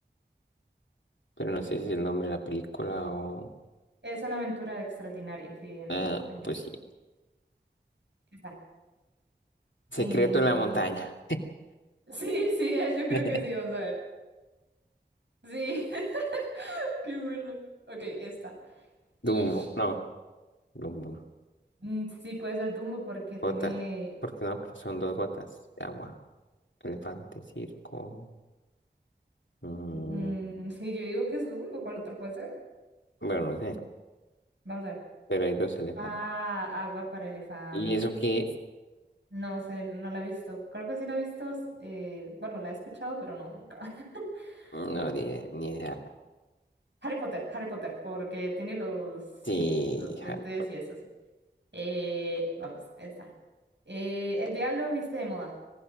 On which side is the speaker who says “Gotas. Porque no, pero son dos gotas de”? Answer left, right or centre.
Left